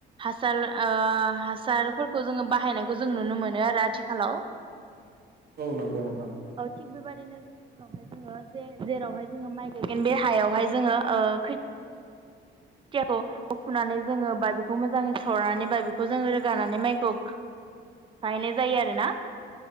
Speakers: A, on the right; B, on the right.
A: हासार ओ हासारफोरखौ जोङो बाहायनो जों नुनो मोनो आरो आथिखालाव।
B: औ नंगौ नोंथां।
A: ओ थि बेबादिनो जों लावहाय जोङो जे-जेरावहाय जोङो माइ गायगोन बे हायावहाय जोङो ओ खो थियाखौ फुनानै जोङो बा बेखौ मोजाङै सरनानै बा बेखौ जोङो रोगानानै माइखौ गाहनाय जायो आरोना।